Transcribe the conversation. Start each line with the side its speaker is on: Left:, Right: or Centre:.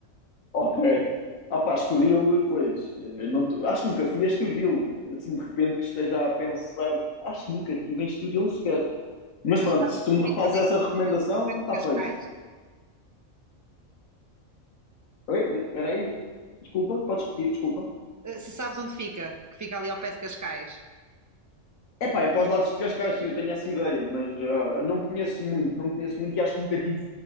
Left: ok. Ah pá, Estoril, pois, eh, não te- acho que nunca fui a Estoril, assim de repente que esteja a pensar, acho que nunca estive em Estoril sequer. Mas
Right: Mas
Left: pronto,
Right: sabe
Left: se
Right: onde
Left: tu me
Right: fica
Left: fazes
Right: ali
Left: essa recomendação,
Right: ao pé de
Left: está
Right: Cascais.
Left: feito. Oi, era aí, desculpa, podes repetir, desculpa.
Right: Eh, Se sabes onde fica, que fica ali ao pé de Cascais.
Left: Epá, é para os lados de Cascais, sim, eu tenho essa ideia,
Right: Sabe,
Left: mas ah,
Right: ok.
Left: não conheço muito, não conheço muito e acho que nunca tive